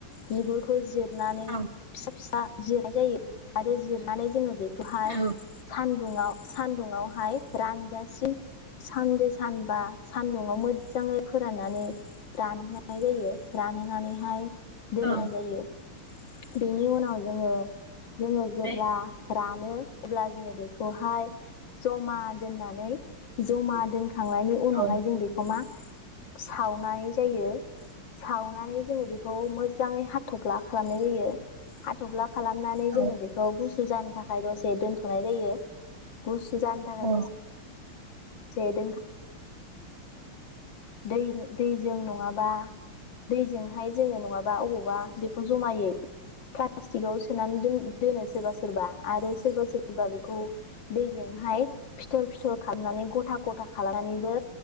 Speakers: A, on the left (about 60°); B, on the right (about 50°).
A: बिगुरखौ जे नानै
B: औ
A: फिसा फिसा जिरनाय जायो आरो जिरनानै जोङो बे बेखौहाय
B: औ
A: सान सान्दुंङाव सान्दुुंयावहाय रानजासिम सान्द सानबा सानदुङाव मोजाङै फोराननानै रानहोनाय नाय जायो रानहोनानैहाय दोननाय
B: औ
A: जायो । बेनि उनाव जोङो जोङो
B: ओमफ्राय
A: जेब्ला रां मोनो अब्ला जोङो बेखौहाय जमा दोननानै जमा दोनखांनायनि उनावहाय
B: औ
A: जों बेखौ मा सावनाय जायो। सावनानै जोङो बेखौ मोजाङै हा हाथफ्ला खालामनाय जायो हाथफ्ला खालामनानै
B: औ
A: जोङो बेखौ गुसु जानो थाखाय दसे दोनथ'नाय जायो। गुस जानो थाखाय
B: औ
A: दसे <unintelligible> दै दैजों नङाबा दैजोंहाय जोङो नङाबा अबावबा बेखौ जमायै प्लास्टिकाव सोनानै दोन दोनो सोरबा सोरबा आरो सोरबा सोरबा बेखौ खौ दैजोंहाय फिथर फिथर खालामनानै गथा गथा खालामनानैबो